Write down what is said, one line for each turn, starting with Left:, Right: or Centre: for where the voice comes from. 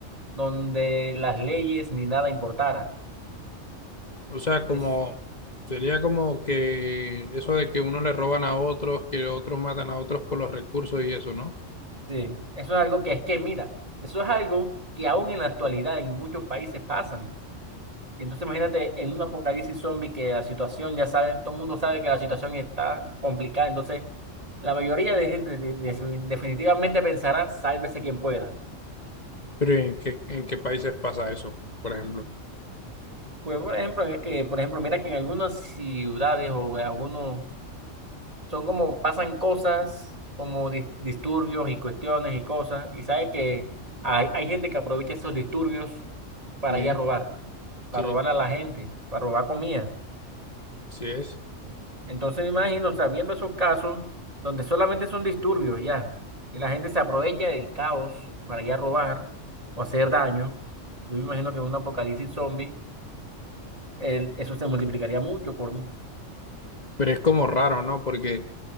Right: donde las leyes ni nada importara.
Left: O sea, como
Right: Es,
Left: sería como que eso de que unos le roban a otros, que otros matan a otros por los recursos y eso, ¿no?
Right: sí, eso es algo que es que, mira, eso es algo que aún en la actualidad en muchos países pasan. Y entonces imagínate en un apocalipsis zombie que la situación, ya saben, todo el mundo sabe que la situación está complicada, entonces la mayoría de gente de- de- definitivamente pensará, sálvese quien pueda.
Left: Pero ¿en qué, en qué países pasa eso, por ejemplo?
Right: Pues por ejemplo, es que, por ejemplo, mira que en algunas ciudades o en algunos son como pasan cosas como dis- disturbios y cuestiones y cosas, y sabe que hay, hay gente que aprovecha esos disturbios para
Left: sí,
Right: ir a robar, para
Left: Sí,
Right: robar a la gente, para robar comida.
Left: sí es.
Right: Entonces me imagino, o sea, viendo esos casos donde solamente son disturbios ya, y la gente se aprovecha del caos para ya robar o hacer daño, yo me imagino que en un apocalipsis zombie el- eso se multiplicaría mucho por... O
Left: Pero es como raro, ¿no? Porque,